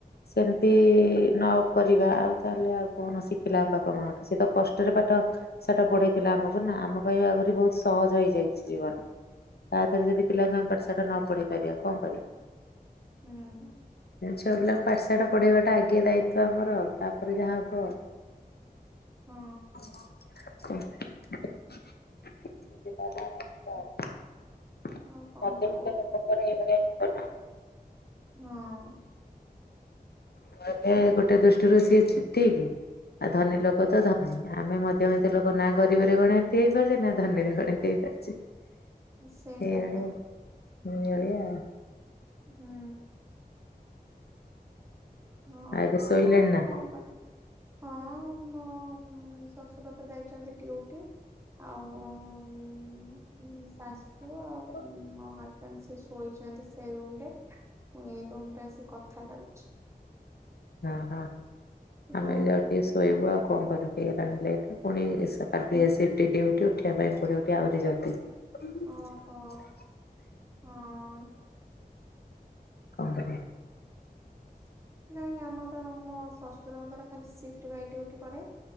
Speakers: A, on the left; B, on the right.
A: ସେମିତି ନ କରିବା ଆଉ ତାହେଲେ ଆଉ କଣ ଶିଖିଲେ ଆମ ବାପା ମାଆଙ୍କଠୁ। ସିଏ ତ କଷ୍ଟରେ ପାଠ ସାଠ ପଢେଇଥିଲା ଆମକୁ ନା। ଆମ ପାଇଁ ଆହିରି ବହୁତ୍ ସହଜ ହେଇଯାଇଛି। ଜୀବନ। ତା ଦେହରେ ଯଦି ପିଲାକୁ ଆମେ ପାଠ ସାଠ ନ ପଢେଇ ପାରିବା କଣ କରିବା?
B: ହୁଁ।
A: ଛୁଆ ପିଲାଙ୍କୁ ପାଠ ସାଠ ପଢେଇବାଟା ଆଗେ ଦାୟିତ୍ଵ ଆମର। ତାପରେ ଯାହା ହବ। <unintelligible>
B: ହଁ
A: <unintelligible> ତାପରେ ଏଇ ଭଳିଆ
B: ଆଉ କଣ କରିବା
A: ଜୀବନ।
B: ହଁ।
A: କହିଲେ ଗୋଟେ ଦୃଷ୍ଟିରୁ ସିଏ ଠିକ୍। ଆଉ ଧନୀ ଲୋକ ତ ଧ ଆମେ ମଧ୍ୟ ଏତେ ଲୋକ ନା ଗରିବରେ ଗଣତି ହେଇପାରୁଛେ ନା ଧନୀ ରେ ଗଣତି ହେଇପାରୁଛେ।
B: ହୁଁ ସେଇଟା
A: ଏଭଳିଆ
B: ତ
A: ହଁ ଏଭଳିଆ ଆଉ।
B: ହୁଁ। ହଁ
A: ଆଉ ଏବେ ଶୋଇଲେଣି
B: ଚା ଆଉ
A: ନା
B: କଣ କରିବି। ହଁ ମୋ ହଁ ମ ଶଶୁରତ ଯାଇଛନ୍ତି ଡିଉଟି ଆଉଉଉ ଶାଶୁ
A: <unintelligible>
B: ହଁ ହଜବେଣ୍ଡ୍ ସେ ଶୋଇଛନ୍ତି ସେ ରୁମ୍ ରେ। ମୁ ଏ ରୁମ୍ ରେ ଆସି କଥା ଲାଗୁଛି।
A: ହଁ ହଁ ଆମେ
B: ହଁ।
A: ବି ଯାଉଟୁ ଟିକେ ସୋ ଶୋଇବୁ ଆଉ କଣ କରିବି। ହେଇଲାଣି ଲେଟ୍ ପୁଣିଏ ଏ ସିପ୍ଟି୍ ଡ଼ିଉଟି ଉଠିବା ପାଇଁ ପଡିବ। ଟିକେ ଆହୁରି ଜଲ୍ଦି। କଣ
B: ଓହୋ ହଁ।
A: କରିବା?
B: ନାଇଁ ଆମର ତ ମୋ ଶ୍ୱଶୁରଙ୍କର ଖାଲି ସିଫ୍ ସିପିଟି ବାଏ ଡ଼ିଉଟି ପଡେ।